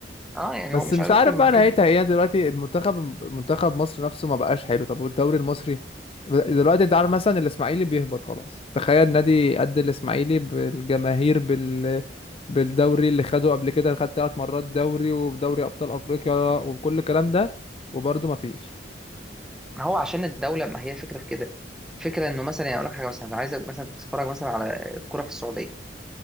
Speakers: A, in the centre; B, on the left.
A: آه، يعني
B: بس
A: هو مش
B: مش
A: عايز
B: عارف
A: اكتر من
B: بقى
A: كده
B: نهايتها ايه يعني دلوقتي المنتخب منتخب مصر نفسه ما بقاش حلو طب والدوري المصري دلوقتي انت عارف مثلا الاسماعيلي بيهبط خلاص تخيل نادي قد الاسماعيلي بالجماهير بال بالدوري اللي خده قبل كده خد ثلاث مرات دوري ودوري ابطال افريقيا وكل الكلام ده وبرضه ما فيش
A: ما هو عشان الدولة ما هي الفكرة في كده فكرة انه مثلا يعني اقول لك حاجة مثلا عايزك مثلا تتفرج مثلا على الكرة في السعودية